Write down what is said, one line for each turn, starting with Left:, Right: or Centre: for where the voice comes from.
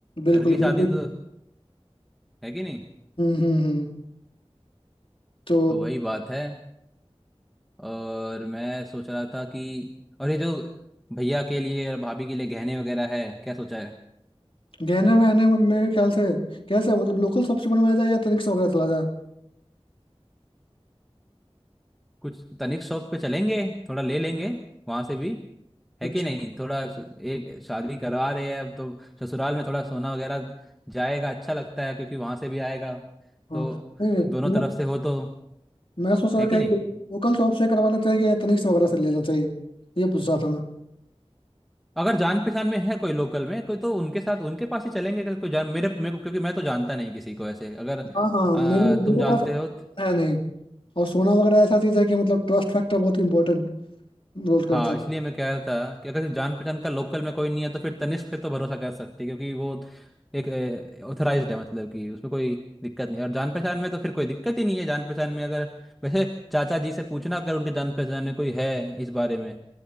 Left: बिल्कुल
Centre: घर की
Left: बिल्कुल
Centre: शादी तो है कि नहीं
Left: हम्म हम्म हम्म। तो
Centre: तो वही बात है और मैं सोच रहा था कि और ये जो भैया के लिए और भाभी के लिए गहने वगैरह है क्या सोचा है
Left: गहने वहने में मेरे ख्याल से कैसे मतलब लोकल शॉप से बनवाया जाए या तनिक से वगैरह चला जाए
Centre: कुछ तनिक शॉप पे चलेंगे थोड़ा ले लेंगे वहां से भी
Left: अच्छा
Centre: है कि नहीं थोड़ा स- एक शादी करवा रहे हैं अब तो ससुराल में थोड़ा सोना वगैरह जाएगा अच्छा लगता है क्योंकि वहां से भी आएगा
Left: हाँ
Centre: तो
Left: नहीं नहीं
Centre: दोनों तरफ से हो तो
Left: मैं सोच रहा
Centre: है
Left: था
Centre: कि
Left: कहीं
Centre: नहीं
Left: लोकल शॉप से करवाना चाहिए या तनिष्क वगैरह से लेना चाहिए ये पूछ रहा था मैं
Centre: अगर जान पहचान में है कोई लोकल में कोई तो उनके साथ उनके पास ही चलेंगे अगर कोई जान मेरे मेरे को क्योंकि मैं तो जानता नहीं किसी को ऐसे अगर
Left: हाँ हाँ
Centre: आ,
Left: मेरे मेरे
Centre: तुम जानते
Left: पास
Centre: हो
Left: है नहीं और सोना वगैरह ऐसा चीज है कि मतलब ट्रस्ट फैक्टर बहुत इंपॉर्टेंट रोल
Centre: हाँ
Left: करता
Centre: इसलिए
Left: है
Centre: मैं कह रहा था कि अगर जान पहचान का लोकल में कोई नहीं है तो फिर तनिष्क पे तो भरोसा कर सकते हैं क्योंकि वो एक ऑथराइज्ड है मतलब कि उसमें कोई दिक्कत नहीं है। और जान पहचान में तो फिर कोई दिक्कत ही नहीं है जान पहचान में अगर वैसे चाचा जी से पूछना अगर उनके जान पहचान में कोई है इस बारे में